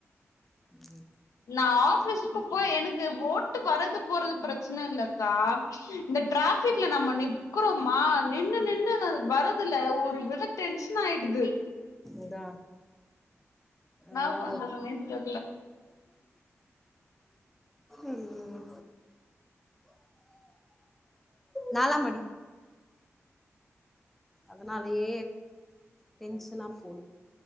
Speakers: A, in the centre; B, on the left (about 85°).
A: ம்
B: நா ஆபீஸ்கு போய் எனக்கு ஓட்டு வர்ரது போறது பிரச்சன இல்ல கா இந்த டிராபிக்ல நம்ம நிப் க்றோமா நின்னு நின்னு வரதுல ஒரு வித டென்ஷன் ஆயிடுது
A: அதா
B: என்னா
A: அதா
B: பண்றதுன்னே தெர்ல
A: ம் நாலா மடி அதனாலயே டென்ஷனா போது